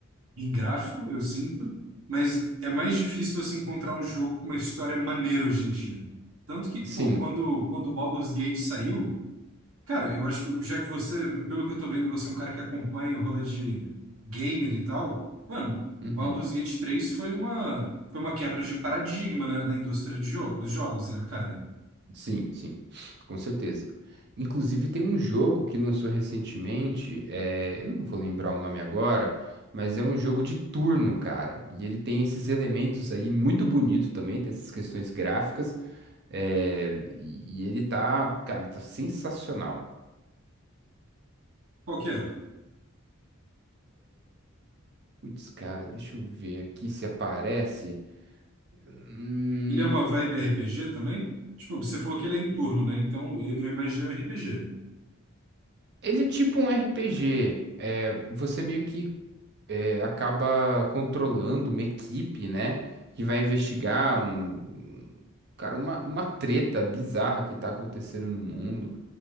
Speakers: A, on the right; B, on the right.
A: em gráfico, eu sinto, mas é mais difícil você encontrar um jogo com uma história maneira hoje em dia. Tanto que, pô,
B: sim.
A: quando, quando o Baldur's Gate saiu. Cara, eu acho, já que você, pelo que eu tô vendo, você é um cara que acompanha o rolê de gamer e tal, mano,
B: Uhum.
A: Baldur's Gate 3 foi uma, foi uma quebra de paradigma na, na indústria de jogo, dos jogos, né, cara?
B: Sim, sim, com certeza. Inclusive, tem um jogo que lançou recentemente, é, eu não vou lembrar o nome agora, mas é um jogo de turno, cara. E ele tem esses elementos aí muito bonito também, tem essas questões gráficas, é, e e ele tá, cara, tá sensacional.
A: Qual que é?
B: Putz, cara, deixa eu ver aqui se aparece. Hum,
A: Ele é uma vibe RPG também? Tipo, você falou que ele é em turno, né? Então eu, eu imaginei um RPG.
B: ele é tipo um RPG. É, você meio que é, acaba controlando uma equipe, né? Que vai investigar um. Cara, uma, uma treta bizarra que tá acontecendo no mundo.